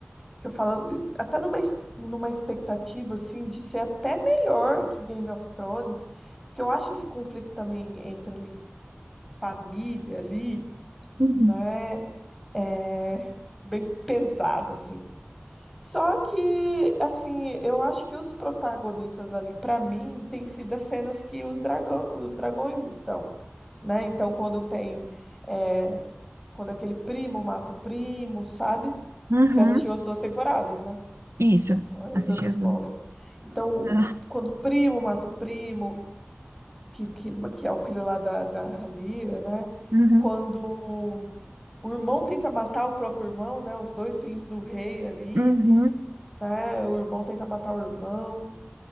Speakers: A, in the centre; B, on the right.
A: que eu falo, até numa, es- numa expectativa, assim, de ser até melhor que Game of Thrones, porque eu acho esse conflito também entre ali, família ali,
B: Uhum.
A: né, é bem pesado, assim. Só que, assim, eu acho que os protagonistas ali, para mim, tem sido as cenas que os dragão, os dragões estão, né? Então, quando tem, é, quando aquele primo mata o primo, sabe?
B: Uhum.
A: Você assistiu as duas temporadas, né?
B: Isso.
A: Ó, Eu
B: Assisti
A: dando spoiler.
B: as duas.
A: Então,
B: <laughs>
A: o- quando o primo mata o primo, que, que, que é o filho lá da, da Ranira, né?
B: Não. Uhum.
A: Quando o irmão tenta matar o próprio irmão, né? Os dois filhos do rei ali,
B: Uhum.
A: né? O irmão tenta matar o irmão.